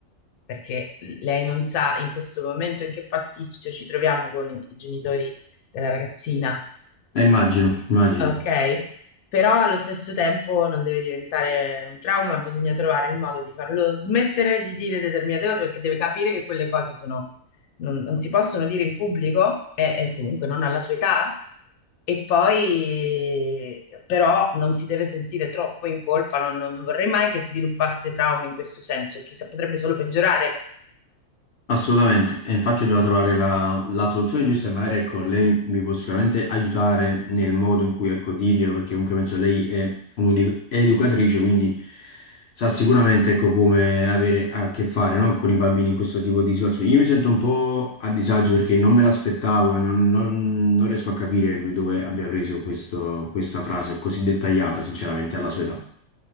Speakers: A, on the left (about 85°); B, on the left (about 60°).
A: perché lei non sa in questo momento in che pasticcio ci troviamo con i genitori della ragazzina
B: Eh, immagino, immagino.
A: ok? Però allo stesso tempo non deve diventare un trauma, bisogna trovare il modo di farlo smettere di dire determinate cose perché deve capire che quelle cose sono, non, non si possono dire in pubblico e, e comunque non alla sua età e poi però non si deve sentire troppo in colpa, non, non vorrei mai che sviluppasse traumi in questo senso, chissà, potrebbe solo peggiorare
B: Assolutamente, e infatti dobbiamo trovare la, la soluzione giusta e magari ecco, lei mi può sicuramente aiutare nel modo in cui ecco, dirglielo, perché comunque penso lei è un'educatrice, quindi sa sicuramente ecco, come avere a che fare no, con i bambini in questo tipo di situazioni. Io mi sento un po' a disagio perché non me l'aspettavo e non, non- non riesco a capire lui dove abbia preso questo- questa frase così dettagliata, sinceramente, alla sua età.